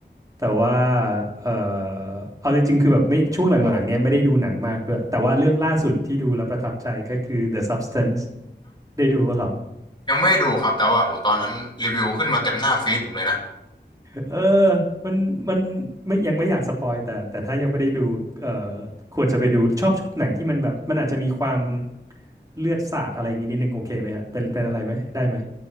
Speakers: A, on the right; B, on the left.
A: แต่ว่าเออเอาจริงๆคือแบบไม่ช่วงหลังๆเนี้ยไม่ได้ดูหนังมากด้วย แต่ว่าเรื่องล่าสุดที่ดูแล้วประทับใจก็คือ The Substance ได้ดูป่ะครับ
B: ยังไม่ดูครับแต่ว่าโหตอนนั้นรีวิวขึ้นมาเต็มหน้าฟีดผมเลยนะ
A: เออมันมันไม่ยังไม่อยากสปอยแต่แต่ถ้ายังไม่ได้ดูเอ่อควรจะไปดูชอบชอบหนังที่มันแบบมันอาจจะมีความเลือดสาดอะไรอย่างงี้นิดนึงโอเคไหมฮะเป็นเป็นอะไรไหมได้ไหม